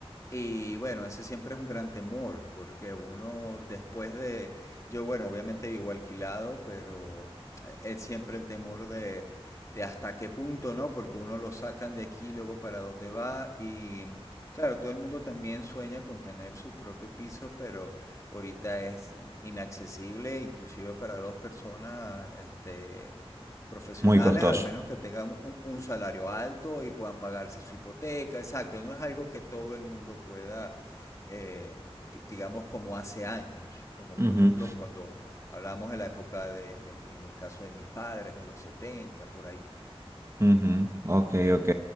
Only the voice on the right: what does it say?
Muy costoso.
Ujú.
Ujú, Ok, ok.